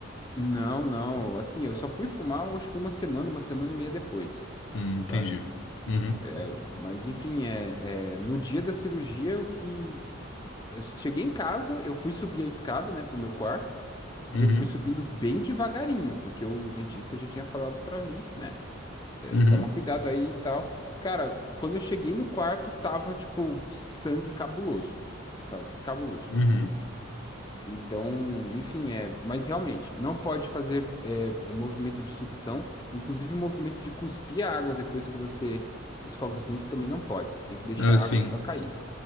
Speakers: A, on the left; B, on the left.
A: Não, não. Assim, eu só fui fumar, eu acho que uma semana, uma semana e meia depois,
B: Hum,
A: sabe?
B: entendi. Uhum,
A: É, Mas enfim, é, é, no dia da cirurgia, o que eu cheguei em casa, eu fui subir a escada, né, pro meu quarto, e
B: uhum,
A: eu fui subindo bem devagarinho, porque o dentista já tinha falado pra mim, né, eh,
B: uhum,
A: toma cuidado aí e tal. Cara, quando eu cheguei no quarto, tava tipo sangue cabuloso, sabe? Cabuloso.
B: uhum.
A: Então, enfim, é. Mas realmente, não pode fazer é, é, movimento de sucção, inclusive o movimento de cuspir a água depois que você escova os dentes também não pode. Você tem que deixar
B: Ah, sim.
A: a água só cair,